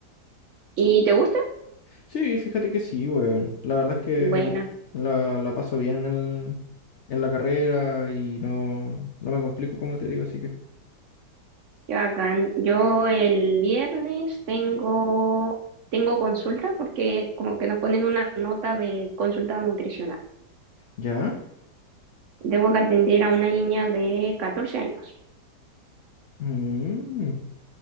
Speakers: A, on the right; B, on the left.
A: ¿Y te gusta?
B: Sí, fíjate que sí, weón. La verdad es que
A: Bueno,
B: la, la paso bien en el- en la carrera y no, no me complico, como te digo, así que.
A: qué bacán. Yo el viernes tengo, tengo consulta porque como que nos ponen una nota de consulta nutricional.
B: ¿Ya?
A: Tengo que atender a una niña de 14 años.
B: Mm.